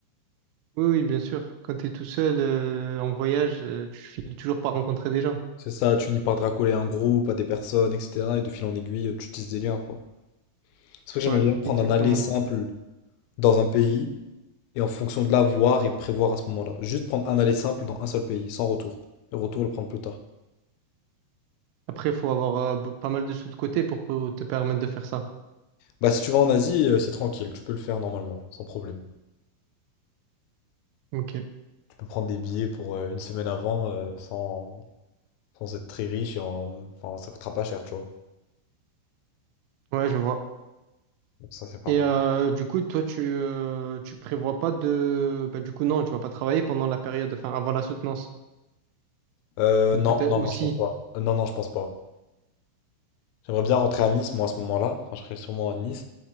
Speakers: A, on the right; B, on the left.
A: Oui, oui, bien sûr. Quand tu es tout seul euh, en voyage, euh, tu finis toujours par rencontrer des gens.
B: C'est ça, tu finis par te racoler à un groupe, à des personnes, etc. Et de fil en aiguille, euh, tu tisses des liens, quoi. C'est pour ça que j'aimerais
A: Ouais,
B: bien prendre
A: exactement.
B: un aller simple dans un pays et en fonction de là, voir et prévoir à ce moment-là. Juste prendre un aller simple dans un seul pays, sans retour. Et retour, le prendre plus tard.
A: Après, il faut avoir euh, b- pas mal de sous de côté pour, pou- te permettre de faire ça.
B: Bah, si tu vas en Asie, euh, c'est tranquille, tu peux le faire normalement, sans problème.
A: Ok,
B: Tu peux prendre des billets pour euh, une semaine avant euh, sans, sans être très riche et en- enfin, ça coûtera pas cher, tu vois.
A: ouais, je vois.
B: Donc ça, c'est pas
A: Et
B: mal.
A: euh, du coup, toi, tu, euh, tu prévois pas de... Bah, du coup, non, tu vas pas travailler pendant la période, enfin, avant la soutenance.
B: Euh,
A: Ou
B: non,
A: peut-être
B: non,
A: aussi.
B: non, je pense pas. Euh, non, non, je pense pas. J'aimerais bien rentrer à Nice, moi, à ce moment-là. Enfin, je serai sûrement à Nice.